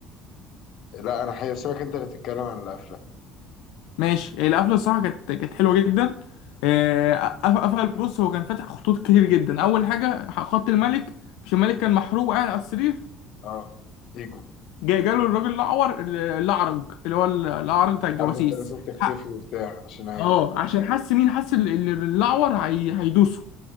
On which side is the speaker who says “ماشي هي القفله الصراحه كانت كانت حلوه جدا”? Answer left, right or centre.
Left